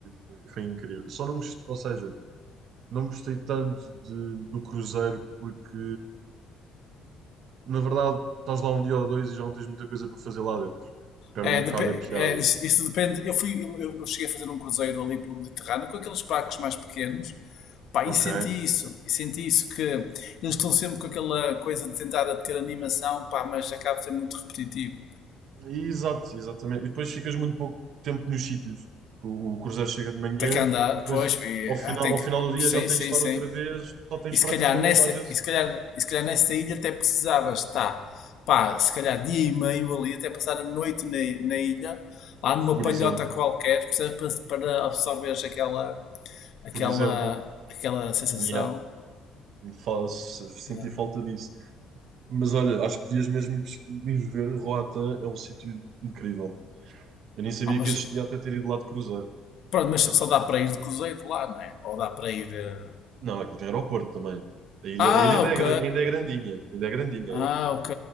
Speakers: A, on the right; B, on the left.
A: foi, foi incrível. Só não, gost- ou seja, Não gostei tanto de- do cruzeiro porque, na verdade, estás lá um dia ou dois e já não tens muita coisa para fazer lá dentro. Perde
B: É,
A: um
B: depe-
A: bocado a piada.
B: é, isso isso depende. Eu fui, eu, eu cheguei a fazer um cruzeiro ali pelo Mediterrâneo com aqueles barcos mais pequenos, pá,
A: Ok.
B: e senti isso, e senti isso que eles estão sempre com aquela coisa de tentar ter animação, pá, mas acaba de ser muito repetitivo.
A: E, Exato, exatamente. E depois ficas muito pouco tempo nos sítios. O, o cruzeiro chega de manhã
B: Tem que andar,
A: e depois,
B: pois, e,
A: ao final,
B: ah, tem
A: ao
B: que,
A: final do
B: sim,
A: dia, já tens
B: sim,
A: de estar
B: sim.
A: outra vez. Só tens
B: E se
A: praticamente,
B: calhar nessa,
A: às vezes,
B: e se calhar, e se calhar nessa ilha até precisavas estar, pá, se calhar dia e meio ali, até passar a noite na, na ilha, lá numa
A: por
B: palhota
A: exemplo,
B: qualquer, percebes? Para, para absorveres aquela aquela,
A: por exemplo,
B: aquela sensação.
A: yeah, fa- se- senti
B: Yeah.
A: falta disso. Mas olha, acho que devias mesmo ir pesqui- ir ver. Roatã é um sítio incrível. Eu nem sabia
B: Há umas-
A: que existia até ter ido lá de cruzeiro.
B: Pronto, mas só dá para ir de cruzeiro lá, não é? Ou dá para ir. eh,
A: Não, aquilo tem aeroporto também. A ilha,
B: Ah,
A: a ilha ainda
B: ok.
A: é, gra- ainda é grandinha. Ainda é grandinha
B: Ah,
A: a ilha.
B: ok.